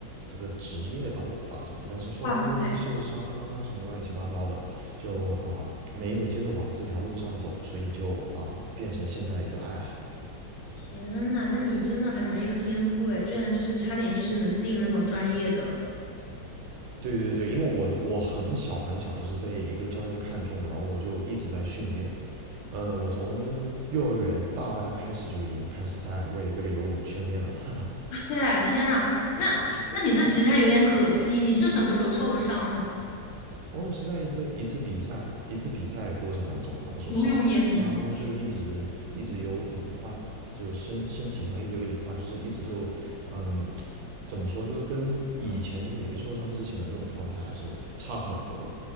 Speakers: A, on the right (about 90°); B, on the left (about 85°).
A: 这个职业道路发展，但是后来因为受伤啊什么乱七八糟的，
B: 哇塞，
A: 就啊、没有接着往这条路上走，所以就啊、变成现在一个爱好。
B: 天呐，那你真的还蛮有天赋哎，居然就是差点就是能进那种专业的，
A: 对对对，因为我我很小很小就是被一个教练看中了然后我就一直在训练。呃，我从幼儿园大班开始就已经开始在为这个游泳训练了。
B: 哇塞，天呐，那那你这其实还有点可惜，你是什么时候受的伤呢？
A: <laughs> 我是在一个一次比赛一次比赛过程当中，然后受伤，
B: 游泳也很容易，
A: 受伤后就一直一直有隐患，
B: 嗯
A: 就身身体上一直有隐患，就是一直就嗯怎么说，就是跟以前就是没受伤之前的那种状态还是差很多的。
B: 嗯